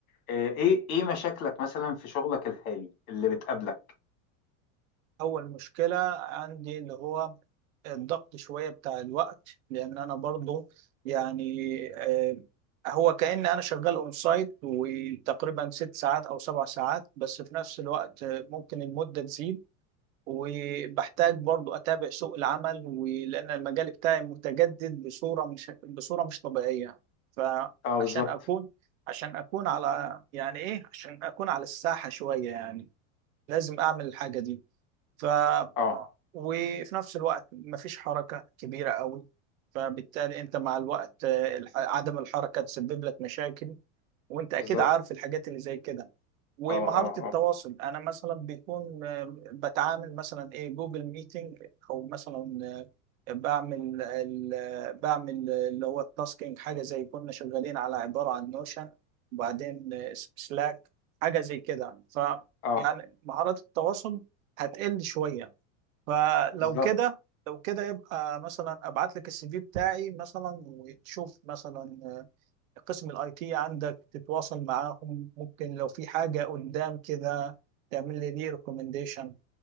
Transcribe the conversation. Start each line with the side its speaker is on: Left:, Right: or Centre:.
Left: أه ايه ايه مشاكلك مثلا في شغلك الحالي اللي بتقابلك
Right: اول مشكله عندي اللي هو الضغط شويه بتاع الوقت لان انا برضو يعني آه، هو كأن انا شغال اون سايت وتقريبا ست ساعات او سبع ساعات بس في نفس الوقت آه، ممكن المده تزيد وبحتاج برضو اتابع سوق العمل ولان المجال بتاعي متجدد بصوره مش بصوره مش طبيعيه فعشان
Left: اه بالظبط
Right: اكون عشان اكون على يعني ايه عشان اكون على الساحه شويه يعني لازم اعمل الحاجه دي ف آه،
Left: اه
Right: وفي نفس الوقت مفيش حركه كبيره قوي فبالتالي انت مع الوقت آه، الح- عدم الحركه تسبب لك مشاكل وانت اكيد
Left: بالظبط
Right: عارف الحاجات اللي زي كده ومهارة
Left: اه اه
Right: التواصل
Left: اه
Right: انا مثلا بيكون آه، بتعامل مثلا ايه جوجل ميتنج او مثلا آه، بعمل ال- آه، بعمل اللي هو التاسكينج حاجة زي كنا شغالين على عبارة عن نوشن وبعدين سلاك حاجة زي كده ف
Left: اه
Right: يعني مهارات التواصل هتقل شوية فلو
Left: بالظبط
Right: كده لو كده يبقى مثلا ابعت لك السي في بتاعي مثلا وتشوف مثلا آه، قسم الاي تي عندك تتواصل معاهم ممكن لو في حاجة قدام كده تعمل لي دي ريكومنديشن